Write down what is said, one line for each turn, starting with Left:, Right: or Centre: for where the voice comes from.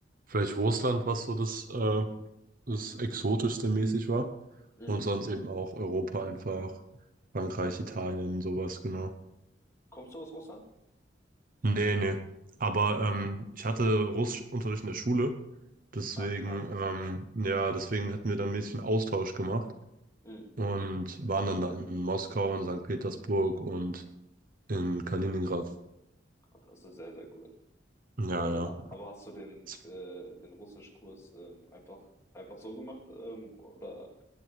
Right: vielleicht Russland, was so das, äh, das Exotischste mäßig war.
Left: Mhm.
Right: Und sonst eben auch Europa einfach, Frankreich,
Left: Ja.
Right: Italien, sowas, genau.
Left: Kommst du aus Russland?
Right: Nee, nee. Aber ähm, ich hatte Russischunterricht in der Schule, deswegen,
Left: Ach, krass.
Right: ähm, ja, deswegen hatten wir dann ein bisschen Austausch gemacht
Left: Mhm.
Right: und waren dann da in Moskau und Sankt Petersburg und In Kaliningrad.
Left: Ja, Das ist sehr, sehr cool.
Right: Ja,
Left: Also,
Right: ja.
Left: a- aber hast du den,
Right: Es
Left: äh, den Russischkurs ähm, einfach, einfach so gemacht ähm, oder